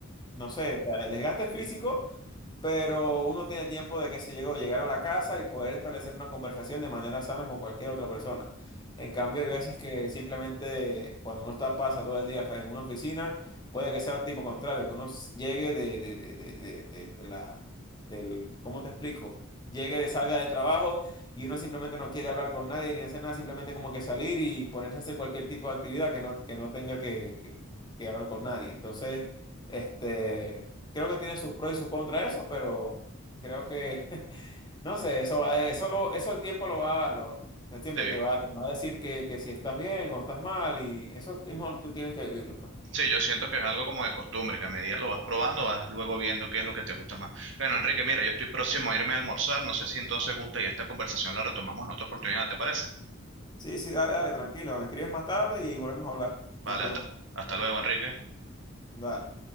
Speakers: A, on the left (about 20°); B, on the right (about 60°).
A: no sé, o sea, el desgaste físico pero uno tiene tiempo de que se llegó llegar a la casa y poder establecer una conversación de manera sana con cualquier otra persona. En cambio, hay veces que simplemente cuando uno está pasa todo el día en una oficina, puede que sea tipo contrario, que uno s- llegue de, de, de, de, de- de- de la del, ¿cómo te explico? Llegue de salga del trabajo y uno simplemente no quiere hablar con nadie ni hacer nada, simplemente como que salir y ponerse a hacer cualquier tipo de actividad que no, que no tenga que, que que hablar con nadie. Entonces, este, creo que tiene sus pros y sus contras eso, pero creo que, <laughs> no sé, eso va, eso, eso el tiempo lo va, lo, el tiempo
B: Sí.
A: te va, te va a decir que, que si estás bien o estás mal y eso mismo tú tienes que vivirlo, pues.
B: Sí, yo siento que es algo como de costumbre, que a medida lo vas probando, vas luego viendo qué es lo que te gusta más. Bueno, Enrique, mira, yo estoy próximo a irme a almorzar, no sé si entonces gusta y esta conversación la retomamos en otra oportunidad, ¿te parece?
A: Sí, sí, dale, dale, tranquilo, me escribes más tarde y volvemos a hablar, no
B: Vale,
A: hay problema.
B: hasta, hasta luego, Enrique.
A: Dale.